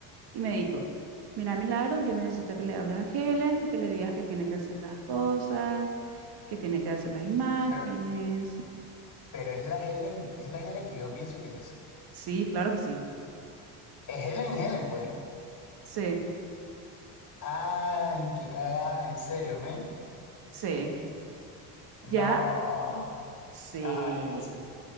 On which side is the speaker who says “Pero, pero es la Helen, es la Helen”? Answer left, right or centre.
Left